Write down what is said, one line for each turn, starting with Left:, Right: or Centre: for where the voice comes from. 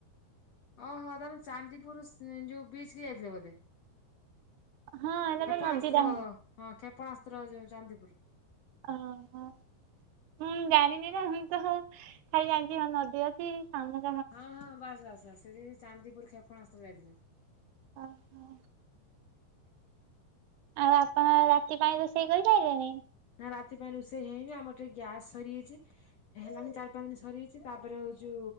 Left: ଓହୋ ତାହେନେ ଚାନ୍ଦିପୁର ସି ଯୋଉ ବିଚ କି ଯାଇଥିଲ ବୋଧେ?
Right: ହଁ ଏଇଟା
Left: କ୍ଷେପଣାସ୍ତ୍ର
Right: ତ ନଦୀଟା
Left: ହଁ କ୍ଷେପଣାସ୍ତ୍ର ଯୋଉ ଚାନ୍ଦିପୁର।
Right: ହ ହଁ। ମୁଁ ଜାଣିନି ନା ମୁଁ ତ ଖାଲି ଜାଣିଛି ନଦୀ ଅଛି ସମୁ
Left: ହଁ ହଁ ବାସ୍ ବାସ୍ ବାସ ସେ ଚାନ୍ଦିପୁର କ୍ଷେପଣାସ୍ତ୍ର ଯାଇଥିଲେ।
Right: ଓ ହୋ। ଆଉ ଆପଣ ରାତି ପାଇଁ ରୋଷେଇ କରିସାଇଲେଣି?
Left: ନା ରାତି ପାଇଁ ରୋଷେଇ ହେଇନି ଆମର ଟିକେ ଗ୍ୟାସ୍ ସରିଯାଇଚି। ହେଲାଣି ଚାରି ପାଞ୍ଚ ଦିନ ସରିଯାଇଚି ତାପରେ ହଉଚୁ